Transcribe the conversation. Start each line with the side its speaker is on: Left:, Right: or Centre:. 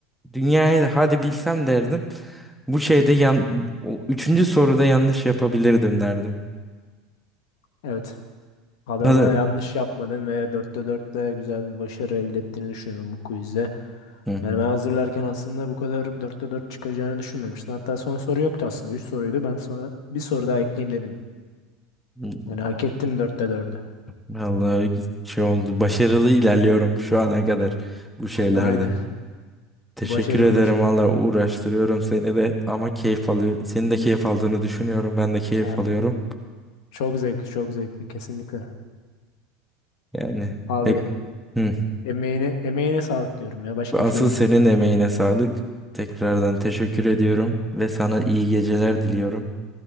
Centre: dünyayı da hadi bilsem derdim. Bu şeyde yan, o üçüncü soruda yanlış yapabilirdim derdim.
Left: Evet. Abi
Centre: Hadi.
Left: ama yanlış yapmadın ve dörtte dörtte güzel bir başarı elde ettiğini düşünüyorum bu quizde.
Centre: Hı
Left: Yani ben hazırlarken aslında bu kadar dörtte dört çıkacağını düşünmemiştim. Hatta son soru yoktu aslında. Üç soruydu. Ben sonra bir soru daha ekleyeyim dedim.
Centre: hı.
Left: Yani hak ettin dörtte dördü.
Centre: Vallahi şey oldu. Başarılı ilerliyorum şu ana kadar bu şeylerde.
Left: Aynen.
Centre: Teşekkür
Left: Başarılı
Centre: ederim
Left: başarılı.
Centre: valla uğraştırıyorum seni de ama keyif alıyor. Senin de keyif aldığını düşünüyorum. Ben de keyif
Left: Yani
Centre: alıyorum.
Left: çok zevkli, çok zevkli kesinlikle.
Centre: Yani
Left: Abi
Centre: tek... Hı.
Left: Emeğine, emeğine sağlık diyorum ya. Başka
Centre: Asıl
Left: bir şey demiyorum.
Centre: senin emeğine sağlık. Tekrardan teşekkür ediyorum ve sana iyi geceler diliyorum.